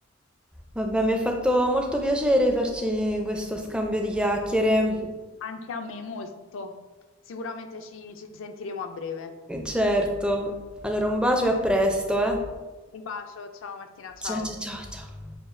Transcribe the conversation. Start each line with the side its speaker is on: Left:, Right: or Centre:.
Centre: Vabbè, mi ha fatto molto piacere farci questo scambio di chiacchiere.
Left: Anche a me molto. Sicuramente ci ci sentiremo a breve.
Centre: Eh, Certo. Allora, un bacio e a presto, eh.
Left: Un bacio, ciao Martina, ciao.
Centre: Ciao ciao ciao ciao.